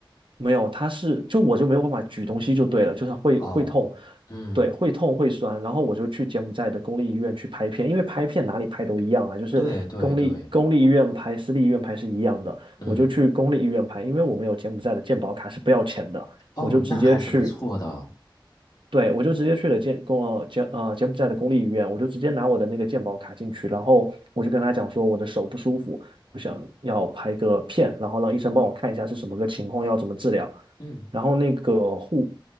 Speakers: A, on the right; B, on the left.
A: 没有，它是，就我就没有办法举东西就对了，就是会会痛，
B: 哦。嗯。
A: 对，会痛会酸，然后我就去柬埔寨的公立医院去拍片，因为拍片哪里拍都一样啊，就是公立公立医院拍、
B: 对对对，
A: 私立医院拍是一样的，
B: 嗯，
A: 我就去公立医院拍，因为我们有柬埔寨的健保卡是不要钱的，
B: 哦，
A: 我就直接去
B: 那还是不错的，
A: 对，我就直接去了柬公呃柬呃柬埔寨的公立医院，我就直接拿我的那个健保卡进去，然后我就跟他讲说我的手不舒服，我想要拍个片，然后让医生帮我看一下是什么个情况，要怎么治疗。
B: 嗯
A: 然后那个护，